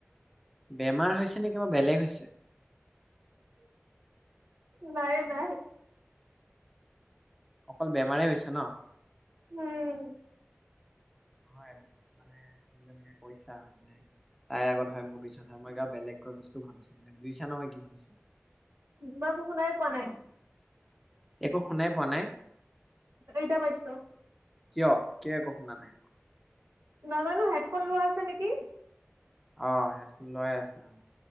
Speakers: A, in the centre; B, on the right.
A: বেমাৰ হৈছে নেকি বা বেলেগ হৈছে
B: নাই নাই
A: অকল বেমাৰে হৈছে ন
B: উম
A: নহয় মানে তুমি যেনেকে কৈছা মানে তাইৰ আগত হয় মোৰ পিছত হয় মই বেলেগকৈ বস্তু ভাবিছো মানে বুজিছা ন মই কি ভাবিছো।
B: মই একো শুনাই পোৱা নাই
A: একো শুনাই পোৱা নাই
B: এতিয়া পাইছ।
A: কিয় কিয় একো শুনা নাই
B: নাজানো হেডফোন লোৱা আছে নেকি?
A: অ হেডফোন লোৱাই আছে অ।